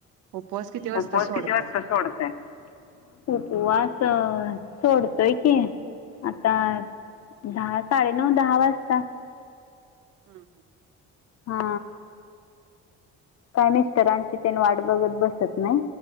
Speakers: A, on the right; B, on the left.
A: उपवास किती वाजता
B: उपवास
A: सोडताय?
B: किती वाजता सोडताय? उपवास अ सोडतोय की आता दहा साडेनऊ दहा वाजता.
A: हा हम
B: हा काय मिस्टरांची तेन वाट बघत बसत नाही.